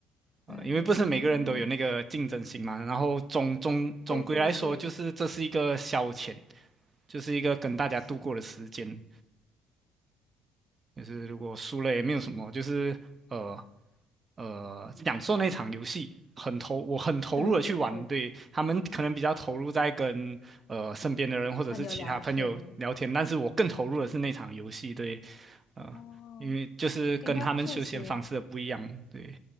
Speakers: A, on the right (about 25°); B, on the left (about 55°).
A: 呃，
B: 对，
A: 因为不是每个人都有那个竞争心嘛。
B: 哦，
A: 然后总总总归来说，
B: 对对对。
A: 就是这是一个消遣，就是一个跟大家度过的时间。
B: 是的
A: 就是如果输了也没有什么，就是呃呃享受那场游戏，很投我很投入的去玩，
B: 对对对，
A: 对他们可能比较投入在跟呃身边的人或者是其他朋友聊天，
B: 朋友聊天，
A: 但是我更投入的是那场游戏，对，
B: 哦，
A: 呃，因为就是跟他们休闲方式的不一样，
B: 诶，那确实，
A: 对，